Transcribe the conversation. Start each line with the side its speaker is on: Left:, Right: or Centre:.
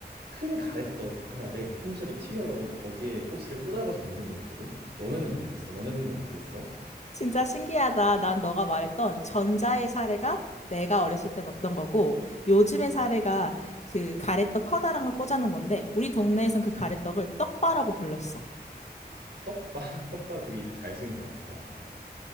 Right: 큰 가래떡 하나를 통째로 튀겨가지고 거기에 꼬치를 꽂아가지고 먹는 거였거든. 너네는 어땠어? 너네 동네는 어땠어?
Left: 진짜 신기하다. 난 너가 말했던 전자의 사례가 내가 어렸을 때 먹던 거고, 요즘의 사례가 그 가래떡 커다란 걸 꽂아놓은 건데, 우리 동네에선 그 가래떡을 떡바라고 불렀어.
Right: 떡바 <laughs> 떡바 되게 이름 잘 지은 것 같다.